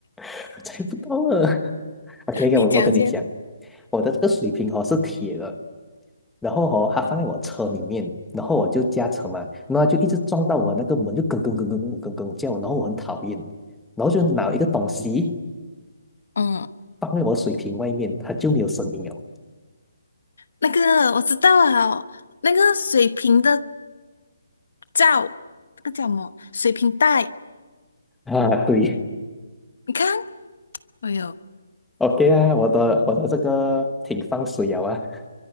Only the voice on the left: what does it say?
<laughs>
你讲先。
嗯。
那个我知道了，那个水瓶的罩，那个叫什么？水瓶带，
你看，哎呦，